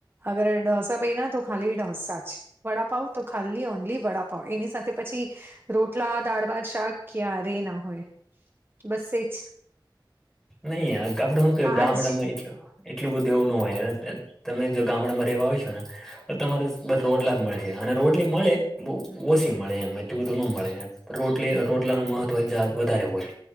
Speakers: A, on the right; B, in the centre.
A: અગર ડોસા બેના તો ખાલી ડઢોસા જ વડાપાવ તો ખાલી ઓનલી વડા એની સાથે પછી, રોટલા દાળ ભા શાક ક્યારે ના હોય. બસ એજ
B: નહી આપડે શું કે
A: આજ
B: ગામડામાં એટ એટલું બધું એવું ન હોય તમે જો ગામડામાં રહેવા હોશો ને. તમારે બસ રોટલા જ મળી જાય અને રોટલી મળે બ ઓછી મળે એમ એટલું બધું ન મળે એમ. રોટલી રોટલા ન મહત્વ વધારે હોય